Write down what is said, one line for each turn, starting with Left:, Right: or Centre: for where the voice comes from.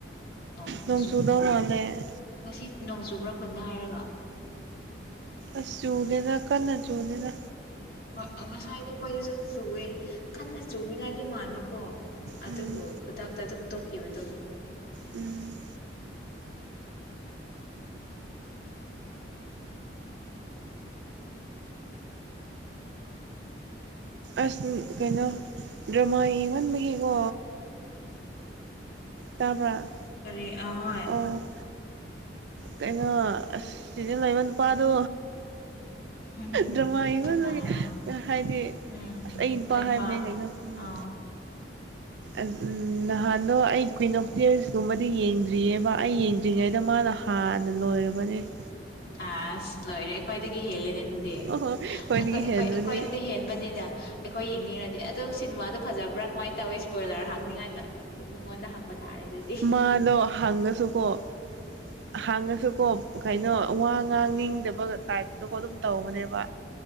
Left: ꯅꫭꯡ ꯑꯃꯨꯛ
Right: ꯅꯣꯡ
Left: ꯆꯨꯅꯤꯡꯉꯥꯏ
Right: ꯆꯨꯗꯧ ꯃꯥꯜꯂꯦ
Left: ꯃꯥꯥꯜꯂꯦ ꯉꯁꯤ ꯅꯣꯡ ꯆꯨꯕ꯭ꯔꯥ ꯈꯨꯟꯗ ꯍꯥꯏꯔꯒ
Right: ꯑꯁ ꯆꯨꯗꯦꯗꯥ ꯀꯟꯅ ꯆꯨꯗꯦꯗꯥ
Left: ꯍꯣꯏ ꯉꯁꯥꯏꯗꯣ ꯑꯩꯈꯣꯏꯖꯨ ꯆꯨꯋꯦ ꯀꯟꯅ ꯆꯨꯅꯤꯡꯉꯥꯏꯒꯤ ꯃꯥꯟꯕꯀꯣ ꯑꯗꯨꯕꯨ
Right: ꯎꯝ
Left: ꯈꯨꯗꯛꯇ ꯑꯗꯨꯝ ꯇꯣꯛꯈꯤꯕꯗꯣ
Right: ꯎꯝ ꯑꯁ ꯀꯩꯅꯣ ꯗ꯭ꯔꯃꯥ ꯌꯦꯡꯃꯟꯕꯒꯤꯀꯣ ꯇꯥꯕꯔ
Left: ꯀꯔꯤ ꯑꯍꯣꯏ
Right: ꯑꯣ ꯀꯩꯅꯣ ꯑꯁ ꯁꯤꯗꯥ ꯂꯩꯕ ꯅꯨꯄꯥꯗꯣ
Left: ꯎꯝ
Right: ꯗ꯭ꯔꯃꯥ ꯌꯦꯡꯃꯟꯕꯒꯤ
Left: ꯀꯅꯥꯔꯣ
Right: ꯍꯥꯏꯗꯤ
Left: ꯎꯝ
Right: ꯑꯁ ꯑꯩ ꯅꯨꯄꯥ
Left: ꯅꯣꯏ
Right: ꯍꯥꯏꯕꯅꯦ ꯀꯩꯅꯣ ꯎꯝ
Left: ꯑꯧ
Right: ꯎꯝ ꯅꯍꯥꯟꯅꫭ ꯑꯩꯒꯤ ꯀꯨꯋꯏꯤꯟ ꯑꯣꯐ ꯇꯤꯔꯁꯀꯨꯝꯕꯗꯤ ꯌꯦꯡꯗ꯭ꯔꯤꯌꯦꯕ ꯑꯩ ꯌꯦꯡꯗ꯭ꯔꯤꯉꯩꯗ ꯃꯥꯅ ꯍꯥꯟꯅ ꯂꯣꯏꯔꯕꯅꯦ <unintelligible>
Left: ꯑꯁ ꯂꯣꯏꯔꯦ ꯑꯩꯈꯣꯏꯗꯒꯤ ꯍꯦꯜꯂꯦꯅꯦ ꯑꯗꯨꯗꯤ ꯑꯩꯈꯣꯏ
Right: ꯑꯣꯍꯣꯏ ꯑꯩꯈꯣꯏꯗꯒꯤ
Left: ꯑꯩꯈꯣꯏ
Right: ꯍꯦꯟꯕꯅꯦ
Left: ꯑꯩꯈꯣꯏꯗꯨꯗꯩ ꯍꯦꯟꯕꯅꯤꯅ ꯑꯩꯈꯣꯏ ꯌꯦꯡꯅꯤꯡꯔꯥꯗꯤ ꯑꯗꯣ ꯁꯤꯅꯤꯃꯥꯗꯣ ꯐꯖꯕ꯭ꯔꯥ ꯀꯃꯥꯏꯅ ꯇꯧꯋꯤ ꯏꯁꯄꯣꯏꯂꯔ ꯍꯥꯡꯅꯤꯡꯉꯥꯏꯇꯥ ꯇꯨꯝ ꯃꯉꫭꯟꯗꯥ ꯍꯪꯕ ꯇꯥꯔꯦ ꯑꯗꯨꯗꯤ
Right: ꯃꯥꯗꯣ ꯍꯪꯉꯁꯨꯀꯣ ꯍꯪꯉꯁꯨꯀꯣ ꯀꯩꯅꯣ ꯋꯥ ꯉꯥꯡꯅꯤꯡꯗꯕ ꯇꯥꯏꯞꯇꯥꯀꫭ ꯑꯗꯨꯝ ꯇꯧꯕꯅꯦꯕ